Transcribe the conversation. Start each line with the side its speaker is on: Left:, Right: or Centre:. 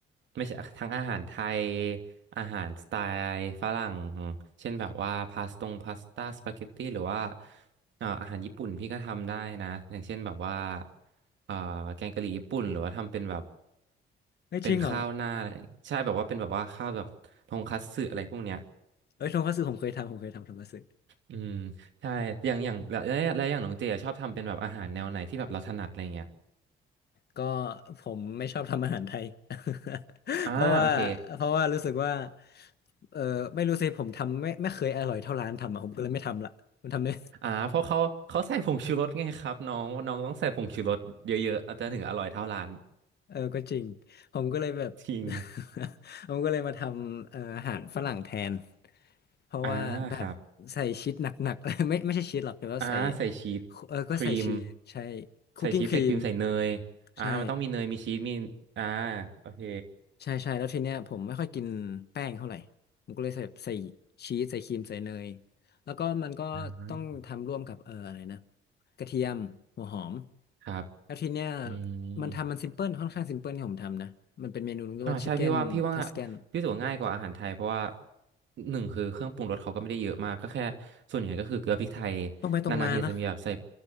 Right: ไม่ใช่ทั้งอาหารไทยอาหารสไตล์ฝรั่งเช่นแบบว่าพาสตงพาสต้าสปาเกตตี้หรือว่าเอ่ออาหารญี่ปุ่นพี่ก็ทำได้นะอย่างเช่นแบบว่าเอ่อแกงกะหรี่ญี่ปุ่นหรือว่าทำเป็นแบบ
Left: เฮ้ยจริงเหรอ
Right: เป็นข้าวหน้าใช่แบบว่าเป็นแบบว่าข้าวแบบทงคัตสึอะไรพวกเนี้ย
Left: เอ้ยทงคัตสึผมเคยทำผมเคยทำทงคัตสึ
Right: อืมใช่อย่างอย่างแล้วแล้วอย่างน้องเจอะชอบทำเป็นแบบอาหารแนวไหนที่แบบเราถนัดอะไรเงี้ย
Left: ก็ผมไม่ชอบทำอาหารไทย <laughs>
Right: อ่าโอเค
Left: เพราะว่าเพราะว่ารู้สึกว่าเออไม่รู้สิผมทำไม่ไม่เคยอร่อยเท่าร้านทำอ่ะผมก็เลยไม่ทำละผมทำไม่
Right: อ่าเพราะเขาเขาใส่ผงชูรสไงครับน้องน้องต้องใส่ผงชูรสเยอะๆอาจจะถึงอร่อยเท่าร้าน
Left: เออก็จริงผมก็เลยแบบ
Right: จริง
Left: <laughs> ผมก็เลยมาทำเอ่ออาหารฝรั่งแทนเพราะว่าแบบใส่ชีสหนักๆ
Right: อ่าครับ
Left: <laughs> ไม่ไม่ใช่ชีสหรอกแต่ว่าใส่
Right: อ่าใส่ชีส
Left: เออก็ใส่ชีสใช่
Right: ครีม
Left: คุกกิ้งครีม
Right: ใส่ชีสใส่ครีมใส่เนยอ่ามันต้องมีเนยมีชีสมีอ่า
Left: ใช่
Right: โอเค
Left: ใช่ใช่แล้วทีเนี้ยผมไม่ค่อยกินแป้งเท่าไหร่ผมก็เลยใส่ใส่ชีสใส่ครีมใส่เนยแล้วก็มันก็ต้องทำร่วมกับเอออะไรนะ
Right: อ่า
Left: กระเทียมหัวหอม
Right: ครับ
Left: แล้วทีเนี้ย
Right: อื
Left: มันทำมันซิมเพิลค่อนข้างซิมเพิลที่ผมทำนะมันเป็นเมนูเรียกว่าชิคเก้นทัส
Right: ม อ่าใช่พี่ว่าพี่ว่า
Left: a กน
Right: พี่รู้สึกว่าง่ายกว่าอาหารไทยเพราะว่าหนึ่งคือเครื่องปรุงรสเขาก็ไม่ได้เยอะมากก็แค่ส่วนใหญ่ก็คือเกลือพริกไทย
Left: ต้องไปตรงมานะ
Right: นานๆทีอาจจะมีแบบใส่